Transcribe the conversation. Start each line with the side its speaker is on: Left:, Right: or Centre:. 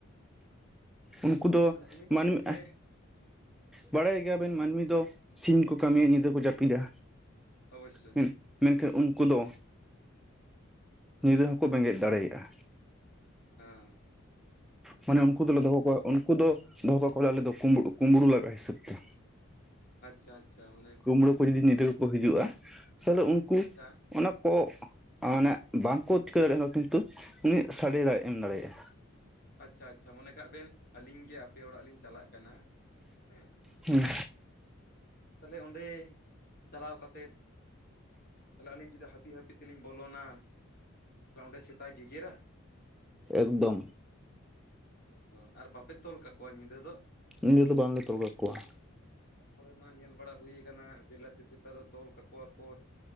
Centre: ᱩᱱᱠᱩ ᱫᱚ
Left: ᱢᱟᱱᱮ ᱩᱱᱤ ᱫᱚ
Centre: ᱢᱟᱹᱱᱢᱤ
Left: ᱜᱚᱝᱠᱮ
Centre: ᱵᱟᱲᱟᱭ ᱜᱮᱭᱟ
Left: ᱢᱟᱱᱮ
Centre: ᱵᱮᱱ ᱢᱟᱹᱱᱢᱤ ᱫᱚ ᱥᱤᱧ ᱠᱚ ᱠᱟᱹᱢᱤᱭᱟ ᱧᱤᱫᱟᱹ ᱠᱚ ᱡᱟᱹᱯᱤᱫᱟ,
Left: ᱚᱵᱚᱥᱥᱚᱭ
Centre: ᱢᱮ ᱢᱮᱱᱠᱷᱟᱱ ᱩᱱᱠᱩ ᱫᱚ ᱧᱤᱫᱟᱹ ᱦᱚᱸᱠᱚ ᱵᱮᱸᱜᱮᱫ ᱫᱟᱲᱮᱭᱟᱜ-ᱟ᱾
Left: ᱟᱸᱻ
Centre: ᱢᱟᱱᱮ ᱩᱱᱠᱩ ᱫᱚᱞᱮ ᱫᱚᱦᱚ ᱠᱚᱣᱟ ᱩᱱᱠᱩ ᱫᱚ ᱫᱚᱦᱚ ᱠᱚᱞᱟ ᱞᱮ ᱫᱚ ᱠᱩᱵ ᱠᱩᱢᱲᱩ ᱞᱟᱜᱟ ᱦᱤᱥᱟᱹᱵ ᱛᱮ᱾
Left: ᱟᱪᱪᱷᱟ ᱟᱪᱪᱷᱟ ᱢᱟᱱᱮ
Centre: ᱠᱩᱢᱲᱩ ᱠᱚ ᱡᱩᱫᱤ ᱧᱤᱫᱟᱹᱠᱚ ᱦᱤᱡᱩᱜ-ᱟ ᱛᱟᱞᱦᱮ ᱩᱝᱠᱩ
Left: ᱟᱪᱪᱷᱟ
Centre: ᱚᱱᱟ ᱠᱚ ᱟᱱᱮ ᱵᱟᱝᱠᱚ ᱪᱤᱠᱟᱹ ᱫᱟᱲᱮᱭᱟᱜᱼᱟ ᱠᱤᱱᱛᱩ ᱩᱱᱤ ᱥᱟᱰᱮ ᱫᱟᱲᱮ ᱮᱢ ᱫᱟᱲᱮᱭᱟᱜᱼᱟ᱾
Left: ᱟᱪᱪᱷᱟ ᱟᱪᱪᱷᱟ ᱢᱚᱱᱮ ᱠᱟᱜ ᱵᱮᱱ ᱟᱞᱤᱧ ᱜᱮ ᱟᱯᱮ ᱚᱲᱟᱜ ᱞᱤᱧ ᱪᱟᱞᱟᱜ ᱠᱟᱱᱟ ᱦᱮᱸ,
Centre: ᱦᱩᱸ
Left: ᱛᱟᱦᱞᱮ ᱚᱸᱰᱮ ᱪᱟᱞᱟᱣ ᱠᱟᱛᱮᱫ, ᱛᱟᱦᱚᱞᱮ ᱟᱹᱞᱤᱧ ᱡᱩᱫᱤ ᱦᱟᱹᱯᱤ ᱦᱯᱤ ᱛᱮᱞᱤᱧ ᱵᱚᱞᱚᱱᱟ, ᱛᱟᱦᱞᱮ ᱚᱸᱰᱮ ᱥᱮᱛᱟᱭ ᱜᱮᱜᱮᱨᱟ?
Centre: ᱮᱠᱫᱚᱢ
Left: ᱚ ᱦᱚ ᱟᱨ ᱵᱟᱯᱮ ᱛᱚᱞ ᱠᱟᱠᱚᱣᱟ ᱧᱤᱸᱫᱟᱹ ᱫᱚ?
Centre: ᱧᱤᱫᱟᱹ ᱫᱚ ᱵᱟᱝᱞᱮ ᱛᱚᱞ ᱠᱟᱠᱚᱣᱟ᱾
Left: ᱮᱴᱟᱜ ᱠᱚᱨᱮ ᱢᱟ ᱧᱮᱞ ᱵᱟᱲᱟ ᱦᱩᱭᱩ ᱠᱟᱱᱟ ᱵᱤᱞᱟᱟᱹᱛᱤ ᱥᱮᱛᱟ ᱫᱚ ᱛᱚᱞ ᱠᱟᱠᱚᱣᱟ ᱠᱚ᱾